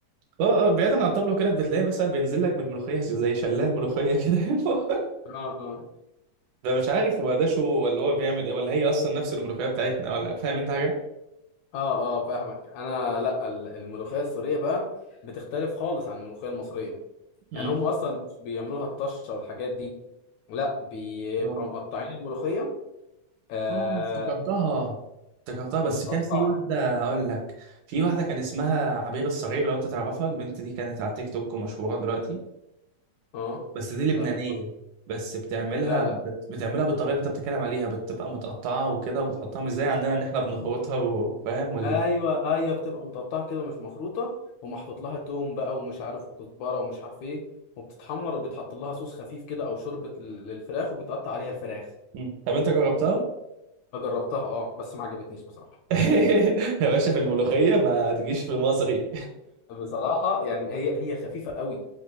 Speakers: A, on the right (about 80°); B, on the left (about 80°).
A: اه اه بعيدا عن الطبلو كده بتلاقي مثلا بينزل لك بالملوخيه زي شلال ملوخيه كده <laughs>
B: اه اه
A: ده مش عارف هو ده شو ولا هو بيعمل ايه ولا هي اصلا نفس الملوخيه بتاعتنا ولا فاهم انت حاجه؟
B: اه اه فاهمك انا لا ال- الملوخية السورية بقى بتختلف خالص عن الملوخية المصرية
A: امم
B: يعني هم اصلا مش بيعملوها الطشة والحاجات دي لا بيبقى
A: آه.
B: مقطعين الملوخية آه
A: اه افتكرتها افتكرتها بس
B: متقطعة
A: كان في واحدة هقول لك في واحدة كان اسمها عبير الصغير لو انت تعرفها البنت دي كانت على تيك توك ومشهورة دلوقتي
B: اه
A: بس دي لبنانية
B: لا
A: بس بتعملها
B: لا
A: بت... بتعملها بالطريقة اللي انت بتتكلم عليها بتبقى متقطعة وكده وبتحطها مش زي عندنا ان احنا
B: لا
A: بنخرطها وفاهم وال...
B: ايوه ايوه بتبقى متقطعه كده مش مخروطه ومحطوط لها توم بقى ومش عارف وكزبره ومش عارف ايه وبتتحمر وبيتحط لها صوص خفيف كده او شوربه لل- للفراخ وبيتقطع عليها الفراخ
A: مم. طب انت جربتها؟
B: جربتها اه بس ما عجبتنيش بصراحه
A: <laughs> يا باشا في الملوخية ما تجيش في المصري
B: بصراحه يعني هي هي خفيفه قوي